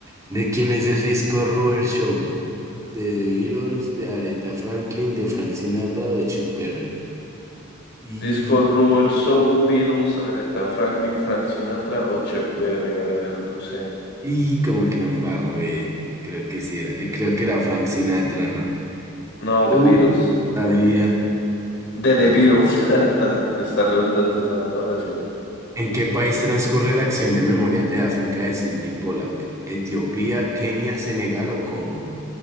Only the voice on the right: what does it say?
¿De quién es el disco Rubber Soul? De The Beatles, de Aretha Franklin, de Frank Sinatra o de Chuck Berry. Y,
y como que la embarré. Creo que sí era. eh, Creo que era Frank Sinatra, ¿no?
Uy,
no sabía.
No
¿En qué país transcurre la acción de Memorias de África de Sidney Pollack? ¿Etiopía, Kenia, Senegal o Congo?